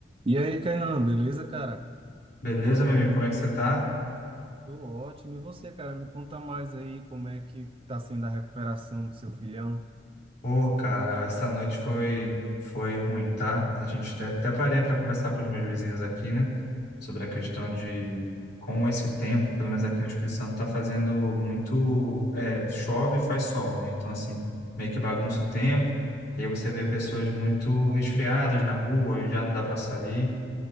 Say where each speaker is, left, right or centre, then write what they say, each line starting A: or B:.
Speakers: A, on the right (about 30°); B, on the left (about 60°).
A: E aí, Kainan, beleza, cara?
B: Beleza, meu amigo, como é que você tá?
A: Tô ótimo. E você, cara, me conta mais aí como é que tá sendo a recuperação do seu filhão?
B: Ô, cara, essa noite foi foi ruim, tá? A gente até até parei para conversar com os meus vizinhos aqui, né? Sobre a questão de como esse tempo, pelo menos aqui no Espírito Santo, tá fazendo muito é, chove e faz sol, né? Então, assim, meio que bagunça o tempo. E aí você vê pessoas muito resfriadas na rua e já não dá para sair.